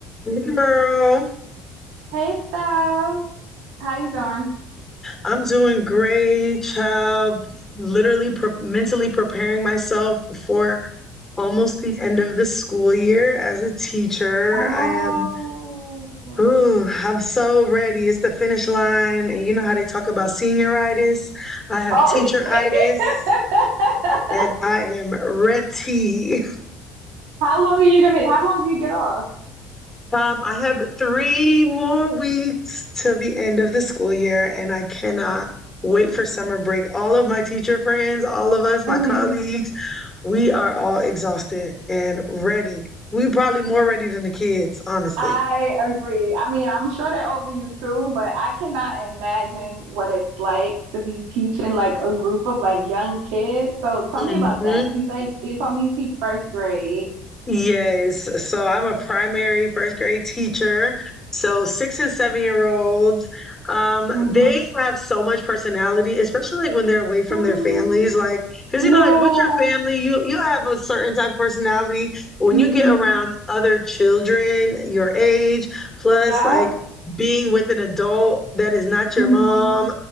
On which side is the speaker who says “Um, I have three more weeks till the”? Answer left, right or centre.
Left